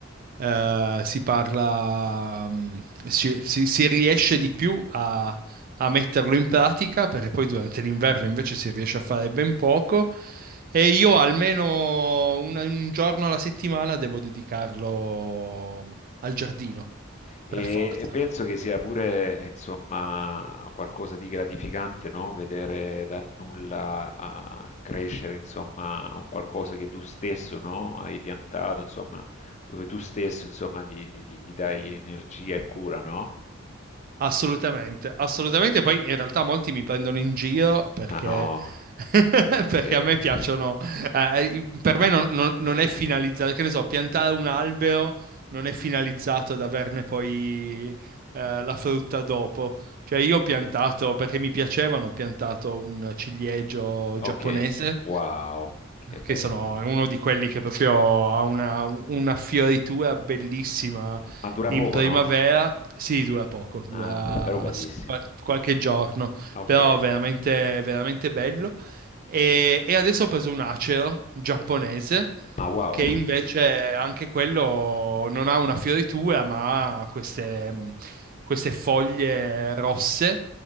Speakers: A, on the right; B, on the left.
A: eh, si parla, mm, si, si- si riesce di più a, a metterlo in pratica, perché poi durante l'inverno invece si riesce a fare ben poco e io almeno un, un giorno alla settimana devo dedicarlo al giardino,
B: E,
A: per forza.
B: e penso che sia pure, insomma, qualcosa di gratificante, no? Vedere dal nulla a crescere, insomma, un qualcosa che tu stesso, no? Hai piantato, insomma, dove tu stesso, insomma, gli, gli- gli dai energia e cura, no?
A: Assolutamente, assolutamente. Poi in realtà molti mi prendono in giro perché,
B: Ma no,
A: <laughs> perché
B: eh,
A: a me piacciono. eh, per me non, non-
B: eh,
A: non è finalizzato, che ne so, piantare un albero non è finalizzato ad averne poi eh, la frutta dopo. Cioè io ho piantato, perché mi piacevano, ho piantato un ciliegio
B: ok,
A: giapponese,
B: wow, che bello.
A: che sono uno di quelli che proprio ha una una fioritura bellissima
B: Eh, Ma dura
A: in
B: poco,
A: primavera,
B: no?
A: sì, dura poco, dura
B: Ah, però bellissimo.
A: s- qual- qualche giorno,
B: Ok,
A: però veramente, veramente bello. E, e adesso ho preso un acero giapponese,
B: ma wow.
A: che invece anche quello non ha una fioritura, ma ha queste, mh, queste foglie rosse